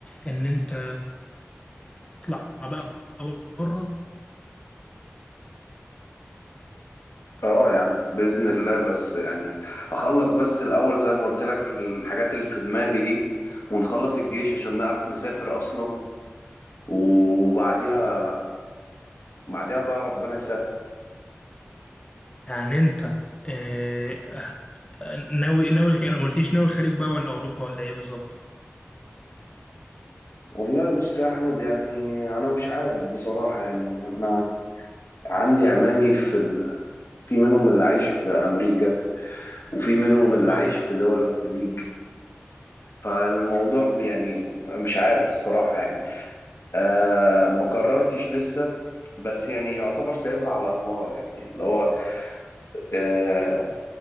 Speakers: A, on the left (about 25°); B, on the left (about 75°).
A: ان انت تطلع بقى بره
B: اه يعني باذن الله بس يعني اخلص بس الاول زي ما قلت لك الحاجات اللي في دماغي دي ونخلص الجيش عشان نعرف نسافر اصلا وبعديها بعديها بقى ربنا يسهل
A: يعني انت آه، هت- ناوي ناوي انا ما قلتيش ناوي الخليج بقى ولا اوروبا ولا ايه بالظبط
B: والله بص يا احمد يعني انا مش عارف بصراحة يعني انا عندي عمامي في ال... في منهم اللي عايش في أمريكا وفي منهم اللي
A: والله
B: عايش في دول الخليج فالموضوع ب- يعني مش عارف الصراحة يعني آه ما قررتش لسه بس يعني يعتبر سايبها على الله يعني اللي هو آه